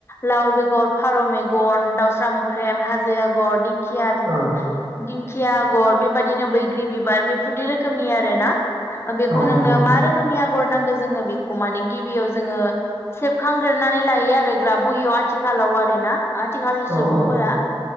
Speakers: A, on the left; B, on the right.
A: लाव बेगर, फारौ मेगन, दाउसा मोख्रेम, हाजो आगर, दिं खिया
B: औ
A: दिं खिया आ गर बेबायदिनो बैग्रि बिबार बेफोरदि रोखोमनि आरोना। बेखौ
B: औ
A: नोंनो
B: नंगौ
A: मा रोखोमनि आं गर नांगौ जोङो बेखौ माने गिबियाव जोङो सेबखांग्रोनानै लायो आरो ग्राब बहियाव आथिखालाव आरोना आथिखालनि
B: औ
A: सुबुंफोरा
B: औ